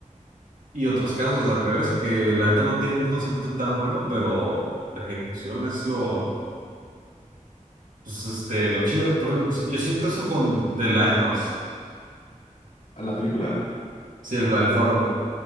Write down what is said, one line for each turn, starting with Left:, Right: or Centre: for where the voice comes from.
Right: Y otros casos al revés, que la neta no tiene un concepto tan bueno, pero la ejecución es lo, Pues este, lo chido, por ejemplo, sí, yo siento eso con The Lighthouse,
Left: A la película.
Right: sí, el, el faro, güey.